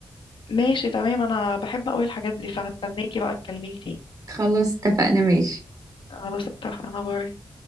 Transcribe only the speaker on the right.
خلاص اتفقنا ماشي